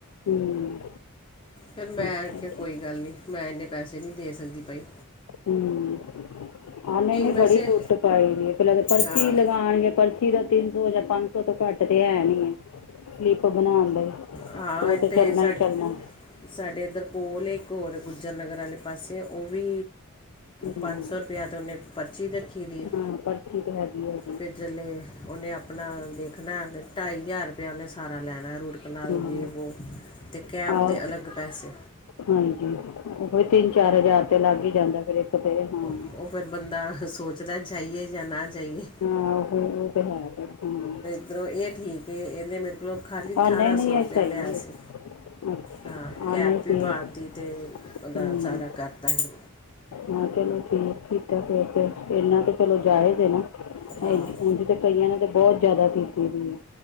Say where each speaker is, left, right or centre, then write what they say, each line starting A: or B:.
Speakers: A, on the left; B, on the left.
A: ਹਮ
B: ਚੱਲ ਮੈਂ
A: ਅੱਛਾ
B: ਅ ਕਿਹਾ ਕੋਈ ਗੱਲ ਨਹੀਂ ਮੈਂ ਇੰਨੇ ਪੈਸੇ ਨਹੀਂ ਦੇ ਸਕਦੀ ਪਾਈ
A: ਹਮ ਆਨੇ
B: ਵੈਸੇ
A: ਬੜੀ ਲੁੱਟ ਪਾਈ ਦੀ ਪਹਿਲਾਂ ਪਰਚੀ
B: ਹਾਂ
A: ਲਗਾਉਣਗੇ ਪਰਚੀ ਇਸ ਦਾ ਤਿੰਨ ਸੌ ਜਾਂ ਪੰਜ ਸੌ ਤੋਂ ਘੱਟ ਤੇ ਹੈ ਨੀ ਹੈ ਸਲਿਪ ਬਣਾਉਣ ਲਈ
B: ਹਾਂ
A: ਉਹ ਤੇ ਚੱਲਣਾ
B: ਸਾ
A: ਹੀ ਚੱਲਣਾ
B: ਸਾਡੇ ਇੱਧਰ ਕੋਲ ਇੱਕ ਹੋਰ ਗੁੱਜਰ ਨਗਰ ਵਾਲੇ ਪਾਸੇ ਉਹ ਵੀ
A: ਹੂੰ
B: ਪੰਜ ਸੌ ਰਪਇਆ ਤੇ ਉਹਨੇ ਪਰਚੀ ਰੱਖੀ ਦੀ ਹੈ
A: ਹਾਂ ਪਰਚੀ ਤੇ ਹੈਗੀ ਹੈ
B: ਫਿਰ ਜੇ ਉਹਨੇ ਆਪਣਾ ਦੇਖਣਾ ਢਾਈ ਹਜ਼ਾਰ ਰੁਇਆ ਉਹਨੇ ਸਾਰਾ ਲੈਣਾ ਰੁ ਟੈਕਨਜੀ
A: ਹਾਂ
B: ਵੋ ਅਤੇ ਕੈਪ
A: ਆਹ
B: ਦੇ ਅਲੱਗ ਪੈਸੇ
A: ਹਾਂਜੀ ਉਹ ਤਿੰਨ ਚਾਰ ਹਜ਼ਾਰ ਤੇ ਲੱਗ ਹੀ ਜਾਂਦਾ ਫਿਰ ਇੱਕ ਤੇ ਹਾਂ ਹੂੰ।
B: ਉਹ ਫਿਰ ਬੰਦਾ ਸੋਚਦਾ ਜਾਈਏ ਜਾਂ ਨਾ ਜਾਈਏ
A: ਹਾਂ ਉਹ ਉਹ ਤੇ ਹੈ ਫ ਹਮ
B: ਮੱਧਰੋਂ ਇਹ ਸੀ ਕਿ ਇਹਨੇ ਮੇਰੇ ਕੋਲੋਂ ਖਾਲੀ ਅਠਾਰਾਂ
A: ਹਾਂ ਨਹੀਂ ਨਹੀਂ
B: ਸੌ ਰੁਪਇਆ
A: ਇਹ ਸਹੀ
B: ਲਿਆ
A: ਹੈ
B: ਸੀ
A: ਅੱਛਾ
B: ਹਾਂ ਕੈਪ
A: ਨਹੀਂ
B: ਵੀ
A: ਠੀਕ
B: ਪਾਾਤੀ
A: ਹੈ।
B: ਤੇ ਓਦਾ
A: ਹੂੰ
B: ਸਾਰਾ ਕਰਤਾ ਸੀ
A: ਹਾਂ ਚਲੋ ਠੀਕ ਕੀਤਾ ਫੇਰ ਤੇ ਇਹਨਾਂ ਤੇ ਚਲੋ ਜਾਇਜ਼ ਨਾ
B: ਹਾਂ
A: ਇਝ ਕਈਆਂ ਨੇ ਦੇ ਬਹੁਤ ਜਿਆਦਾ ਕੀਤੀ ਵੀ ਹੈ